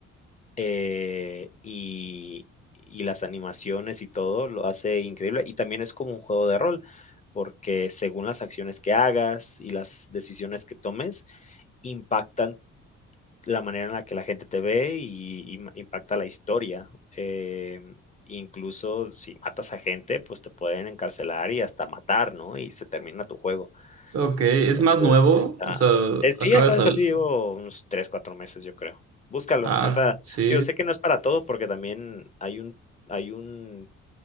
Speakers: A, on the left (about 25°); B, on the right (about 55°).
A: eh, y y las animaciones y todo lo hace increíble. Y también es como un juego de rol, porque según las acciones que hagas y las decisiones que tomes, impactan la manera en la que la gente te ve y, y ma- impacta la historia. Eh, incluso si matas a gente, pues te pueden encarcelar y hasta matar, ¿no? Y se termina tu juego.
B: Ok, es
A: Entonces,
B: más nuevo,
A: sí está
B: o sea,
A: eh, sí,
B: acaba
A: acaba
B: de salir.
A: de salir, llevo unos 3 4 meses, yo creo. Búscalo,
B: Ah,
A: neta.
B: sí,
A: Digo, sé que no es para todo, porque también hay un hay un